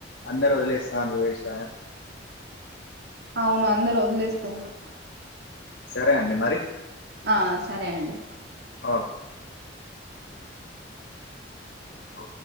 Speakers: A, on the left; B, on the right.
A: అందరు వదిలేస్తాన్నరు అనేసి దాయ
B: అవును అందరు వదిలేస్తన్నారు
A: సరే అండి మరి
B: ఆ సరే అండి
A: ఆ ఓ